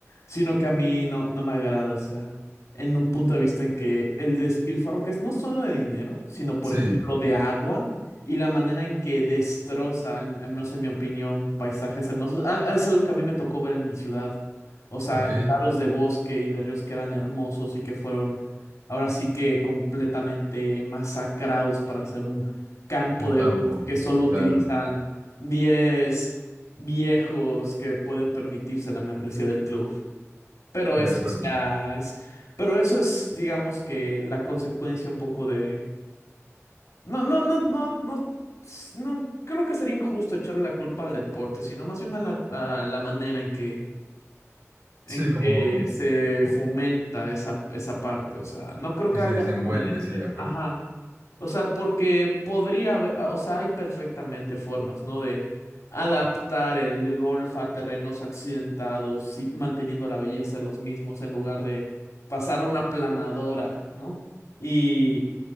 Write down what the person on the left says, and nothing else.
sino que a mí no, no me agrada, o sea, en un punto de vista en que el despilfarro que es no solo de dinero, sino por
ejemplo de agua y la manera en que destroza, al, al menos en mi opinión, paisajes hermosos, Ah, ah, es algo que a mí me tocó ver en mi ciudad, o sea,
claros de bosque y de ríos que eran hermosos y que fueron ahora sí que completamente masacrados para hacer un campo
de
que solo utilizan
diez viejos que pueden permitirse la membresía del club. Pero
eso
ya es, pero eso es, digamos que la consecuencia un poco de... No, no, no, no, no, s- no, creo que sería injusto echarle la culpa al deporte, sino más bien a la, a la manera en que, en
que se
fomenta esa, esa parte. O sea, no creo
que
haya
algo inherente.
Ajá. O sea, porque podría haber, ah, o sea, hay perfectamente formas, ¿no? De adaptar el golf a terrenos accidentados y manteniendo la belleza de los mismos en lugar de pasar a una planadora, ¿no? Y